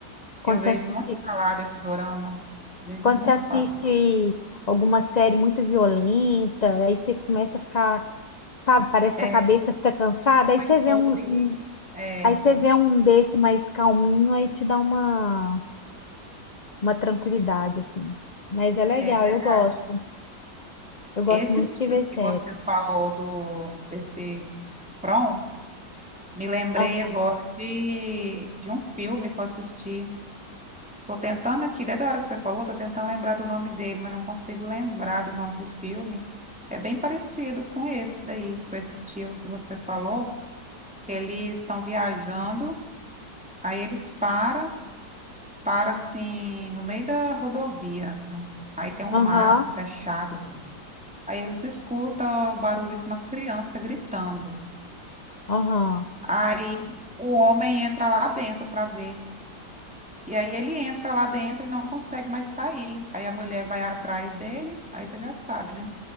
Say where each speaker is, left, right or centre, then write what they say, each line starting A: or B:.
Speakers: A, on the left (about 65°); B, in the centre.
A: quando
B: Eu vejo
A: você assiste,
B: muito falar desse dorama, vejo
A: quando
B: muito
A: você assiste
B: falar.
A: alguma série muito violenta, aí você começa a ficar, sabe? Parece
B: É
A: que a cabeça fica cansada, aí
B: muito
A: você
B: poluído.
A: vê um, um-
B: É,
A: aí você vê um desse mais calminho, aí te dá uma, uma tranquilidade, assim. Mas é legal,
B: é verdade.
A: eu gosto. Eu gosto
B: Esse
A: muito
B: estilo
A: de ver
B: que
A: série.
B: você falou do desse prom, me lembrei
A: Ah,
B: agora de, de um filme que eu assisti. Tô tentando aqui, desde a hora que você falou, tô tentando lembrar do nome dele, mas não consigo lembrar do nome do filme. É bem parecido com esse daí, com esse estilo que você falou, que eles estão viajando, aí eles param, param assim, no meio da rodovia. Aí tem um
A: Aham,
B: mato fechado, assim. Aí eles escutam o barulho de uma criança gritando.
A: aham,
B: Aí o homem entra lá dentro para ver. E aí ele entra lá dentro e não consegue mais sair. Aí a mulher vai atrás dele, aí você já sabe, né?